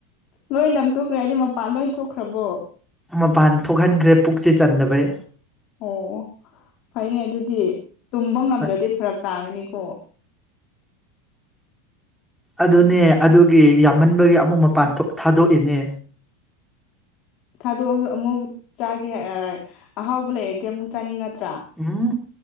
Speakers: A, on the left; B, in the centre.
A: ꯂꯣꯏ ꯂꯪꯊꯣꯛꯈ꯭ꯔꯦ ꯍꯥꯏꯗꯤ ꯃꯄꯥꯟ ꯂꯣꯏ ꯊꯣꯛꯈ꯭ꯔꯕꯣ
B: ꯃꯄꯥꯟ ꯊꯣꯛꯍꯟꯈ꯭ꯔꯦ ꯄꯨꯛꯁꯦ ꯆꯟꯗꯕꯩ꯫
A: ꯑꯣ ꯐꯩꯅꯦ ꯑꯗꯨꯗꯤ ꯇꯨꯝꯕ ꯉꯝꯗ꯭ꯔꯗꯤ
B: ꯍꯣꯏ
A: ꯐꯔꯛ ꯇꯥꯒꯅꯤꯀꯣ꯫
B: ꯑꯗꯨꯅꯦ ꯑꯗꯨꯒꯤ ꯌꯥꯝꯃꯟꯕꯒꯤ ꯑꯃꯨꯛ ꯃꯄꯥꯟ ꯊꯥꯗꯣꯛꯏꯅꯦ꯫
A: ꯊꯥꯗꯣꯛꯑꯁꯨ ꯑꯃꯨꯛ ꯆꯥꯒꯦ ꯑꯍꯥꯎꯕ ꯂꯩꯔꯗꯤ ꯑꯃꯨꯛ ꯆꯥꯅꯤꯡꯉꯛꯇ꯭ꯔꯥ?
B: ꯍꯨꯎꯝ